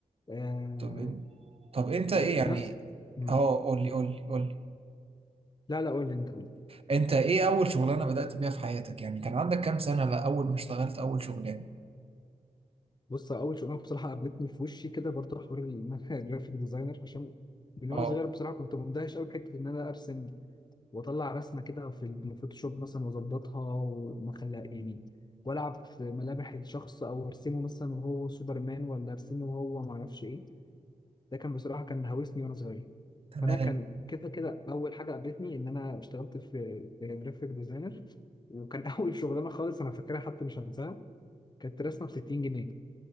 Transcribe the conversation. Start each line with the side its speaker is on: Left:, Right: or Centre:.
Left: آه
Right: طب إن... طب انت ايه
Left: وفي
Right: يعني
Left: نفس مم.
Right: اه قول لي قول لي قول لي
Left: لا لا قول لي انت قول لي
Right: انت ايه اول شغلانه بدأت بيها في حياتك يعني كان عندك كام سنه لا اول ما اشتغلت اول شغلانه
Left: بص اول شغلانه بصراحه قابلتني في وشي كده برضه حوار ان انا <laughs> جرافيك ديزاينر عشان من
Right: اه
Left: وانا صغير بصراحه كنت مندهش قوي بحته ان انا ارسم واطلع رسمه كده في الفوتوشوب مثلا واظبطها وما خليها يعني والعب في ملامح الشخص او ارسمه مثلا وهو سوبرمان ولا ارسمه وهو ما اعرفش ايه ده كان بصراحه كان هوسني وانا صغير
Right: تمام
Left: فانا كان كده كده اول حاجه قابلتني ان انا اشتغلت في جرافيك ديزاينر وكان <laughs> اول شغلانه خالص انا فاكرها حتى مش هنساها كانت رسمه ب 60 جنيه